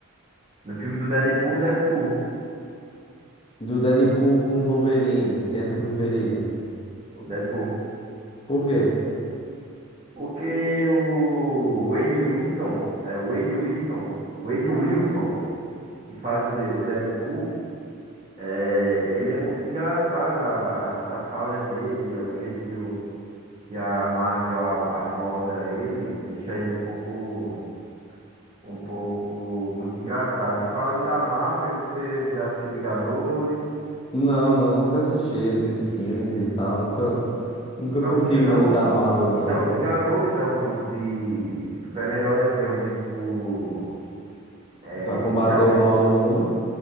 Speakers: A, on the right; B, on the left.
A: No filme do Deadpool, Deadpool.
B: Do Deadpool com o Wolverine, quem é teu preferido?
A: O Deadpool.
B: Por quê?
A: Porque o Wade Wilson, é Wade Wilson, Wade Wilson, que faz o, de- o Deadpool, É, ele é muito engraçado, a- a- as falas dele, o jeito que, o- que a Marvel a- aborda ele, deixa ele um pouco, um pouco muito engraçado. E falando da Marvel, você já assistiu Vingadores?
B: Não, não, nunca assisti esses filmes e tal, nunca, nunca
A: Nunca
B: curti
A: assistiu,
B: muito
A: não?
B: a Marvel,
A: Então,
B: não.
A: Vingadores é um grupo de, de super-heróis reunidos por, é,
B: Pra combater
A: inicialmente
B: o mal
A: por,
B: do mundo.